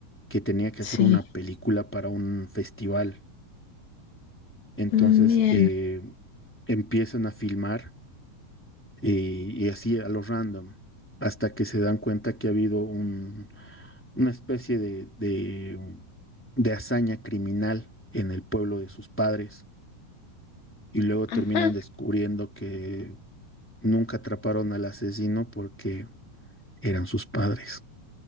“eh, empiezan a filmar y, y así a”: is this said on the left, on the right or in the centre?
Centre